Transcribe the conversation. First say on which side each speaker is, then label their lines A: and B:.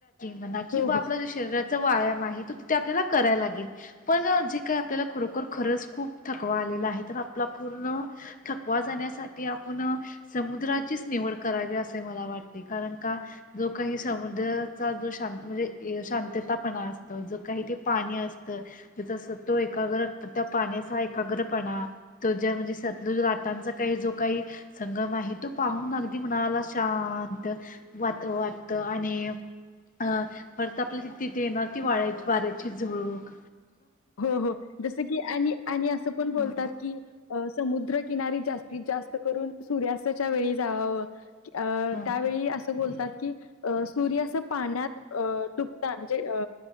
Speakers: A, on the left; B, on the left.
A: मना की
B: हो
A: जो आपल्या
B: हो
A: शरीराचा व्यायाम आहे, तो तिथे आपल्याला करायला लागेल पण जे काय आपल्याला खरोखर खरंच खूप थकवा आलेला आहे. तर आपला पूर्ण थकवा जाण्यासाठी ती आपुन समुद्राचीच निवड करावी असे मला वाटते. कारण का जो काही समुद्र <inaudible> जो शांत म्हणजे शांततापणा असतो, जकाही ते पाणीअसत सत्व एक त्या पाण्याचा एकाग्रपणा त ज म्हणजे आटांचा काही जो काही. <inaudible> संगम आहे तू पाहून अगदी म्हणाला शांत वा वाटत आणि <inaudible> हा परत आपल्या ति तिथे येणार ती वाढ्या वाऱ्याची झळूक
B: हो हो जस की आणि आणि असं पण बोलतात
A: ह
B: की <inaudible> समुद्रकिनारी जास्तीत जास्त करून सूर्यास्ताच्या वेळी जावाव अ
A: ह
B: त्यावेळी असं बोलतात की <inaudible> सूर्य अस पाण्यात तुटत म्हणजे अ